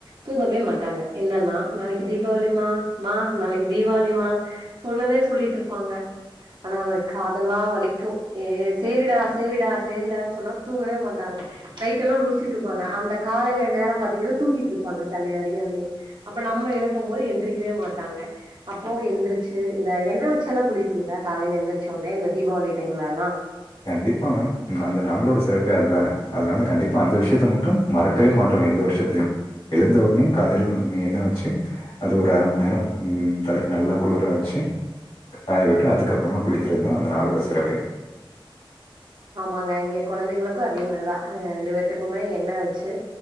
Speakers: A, on the right; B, on the left.
A: தூங்கவே மாட்டாங்க என்னன்னா நாளைக்கு தீபாவளி மா மா. நாளைக்கு தீபாவளி மா. சொன்னதே சொல்லிட்டு இருப்பாங்க. ஆனா அவ காதெல்லா வலிக்கு ஏ சேரிடா சேரிடா சேரிடான்னு சொன்னா தூங்கவே மாட்டாங்க நைட் எல்லா முழிச்சிட்டு இருப்பாங்க அந்த காலைல நேரோ பார்த்தீங்கன்னா தூங்கிட்டு இருப்பாங்க தன்னை அறியாமையே அப்ப நம்ம எழுப்பும்போது எந்திரிக்கவே மாட்டாங்க அப்பவு எந்திரி சேரி இந்த எண்ணெய் வச்சால குளிப்பீங்களா காலையில எழுந்திருச்ச உடனே இந்த தீபாவளி டைம்ல எல்லா
B: கண்டிப்பா மேம் அந்த நாளோட சிறப்பே அதானே அதனால கண்டிப்பா அந்த விஷயத்தை மட்டும் மறக்கவே மாட்டோ எந்த வருஷத்தையு எழுந்த உடனே காலையில நீ என்ன வச்சு அது ஒரு அரை மணி நேரோ தலைக்கு நல்லா குளிர வச்சே காய விட்டு அதுக்கப்பறமா குளிக்கிறதா அந்த நாளோட சிறப்பே
A: ஆமாங்க இங்க குழந்தைங்களுக்குஅதே மாதிரிதா ரெண்டு பேத்துக்குமே என்ன வச்சி